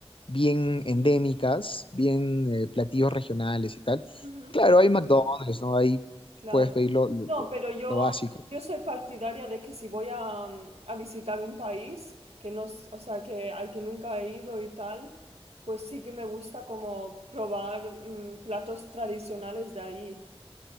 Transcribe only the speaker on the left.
bien endémicas, bien eh, platillos regionales y tal,
claro, hay McDonald's, ¿no? Ahí
puedes pedir lo, lo-
lo-
lo básico.